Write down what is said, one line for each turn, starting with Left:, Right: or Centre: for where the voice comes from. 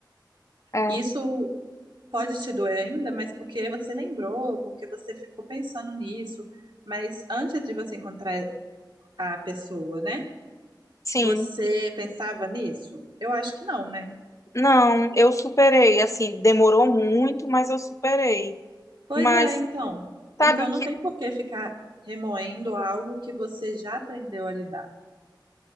Left: É.
Right: Isso pode te doer ainda, mas porque você lembrou, porque você ficou pensando nisso. Mas antes de você encontrar a pessoa, né?
Left: Sim.
Right: Você pensava nisso? Eu acho que não, né?
Left: Não, eu superei. Assim, demorou muito, mas eu superei.
Right: Pois
Left: Mas
Right: é, então. Então
Left: sabe o
Right: não
Left: que?
Right: tem por que ficar remoendo algo que você já aprendeu a lidar.